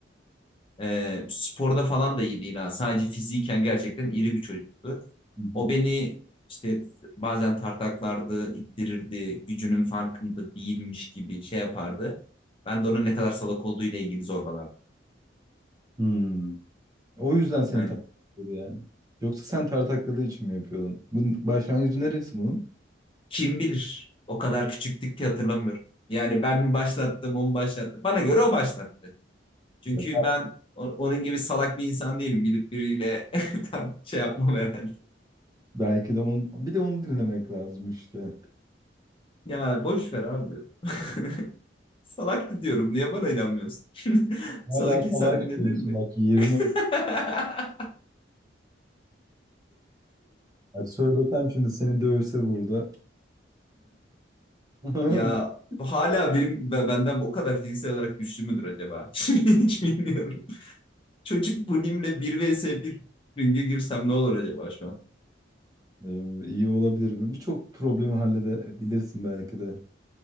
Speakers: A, on the left (about 30°); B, on the right (about 20°).
A: E, sporda falan da iyi değil ha. Sadece fiziken gerçekten iri bir çocuktu.
B: hı.
A: O beni işte bazen tartaklardı, ittirirdi, gücünün farkında değilmiş gibi şey yapardı. Ben de onun ne kadar salak olduğu ile ilgili zorbalardım.
B: Hmm. O yüzden seni
A: Aynen.
B: tartakladı yani. Yoksa sen tartakladığı için mi yapıyordun? Bunun başlangıcı neresi bunun?
A: Kim bilir? O kadar küçüktük ki hatırlamıyorum. Yani ben mi başlattım, o mu başlattı? Bana göre o başlattı. Çünkü
B: Ya
A: ben o- onun gibi salak bir insan değilim. Gidip biriyle <laughs> şey yapmam herhalde.
B: belki de onu, bir de onu dinlemek lazım işte.
A: Ya boş ver abi. <laughs> Salaktı diyorum. Niye bana inanmıyorsun? <laughs>
B: Hala
A: Salak insan
B: kolay kılıyorsun
A: dinlenir mi?
B: bak 20
A: <laughs>
B: Ya söylesem şimdi seni dövse burada. <laughs>
A: Ya hala benim be- benden o kadar fiziksel olarak güçlü müdür acaba? <laughs> Hiç bilmiyorum. Çocuk bulimle 1 vs bir ringe girsem ne olur acaba şu an?
B: Ee, İyi olabilir mi? Birçok problemi halledebilirsin belki de.